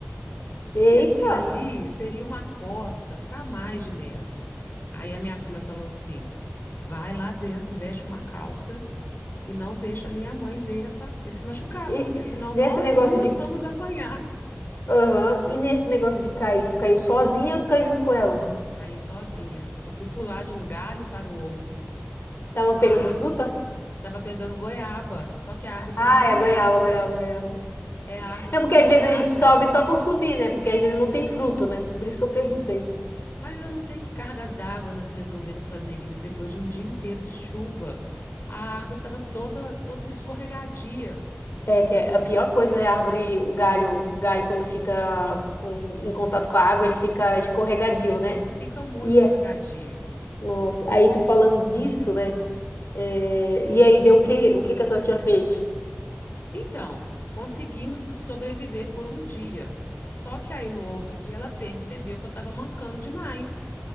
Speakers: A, on the left; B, on the left.
A: Eita!
B: E aquilo ali seria uma coça para mais de metro. Aí a minha prima falou assim: vai lá dentro, veste uma calça e não deixa minha mãe ver essa, esse machucado,
A: E
B: porque senão
A: nesse
B: nós
A: negócio
B: duas
A: de.
B: vamos apanhar.
A: Aham. E nesse negócio de cair, tu caiu sozinha ou tu caiu junto com ela?
B: Caí sozinha. Eu fui pular de um galho para o outro.
A: Tava
B: Ah,
A: pegando fruta?
B: tava pegando goiaba, só que a árvore estava
A: Ah,
B: molhada.
A: é goiaba, goiaba, goiaba.
B: É, a árvore
A: É
B: estava
A: porque
B: molhada.
A: às vezes a gente sobe só por subir, né? Porque às vezes não tem fruto, né? Por isso
B: Sim.
A: que eu perguntei.
B: Mas eu não sei que cargas d'água nós resolvemos fazer isso depois de um dia inteiro de chuva. A árvore estava toda, toda escorregadia.
A: É que a pior coisa é a árvore, o galho, o galho quando fica com- em contato com a água, ele fica escorregadio, né?
B: Fica muito
A: E
B: escorregadio.
A: é, nossa, aí tu falando disso, né? É, e aí deu o que, o que que a tua tia fez?
B: Então, conseguimos sobreviver por um dia. Só que aí no outro dia ela percebeu que eu estava mancando demais.